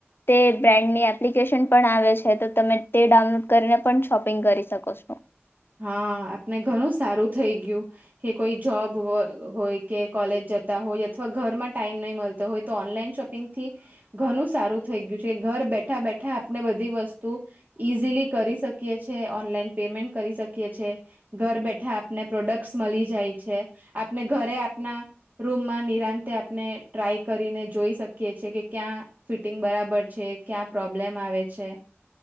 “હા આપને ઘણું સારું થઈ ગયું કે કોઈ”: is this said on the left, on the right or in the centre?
Right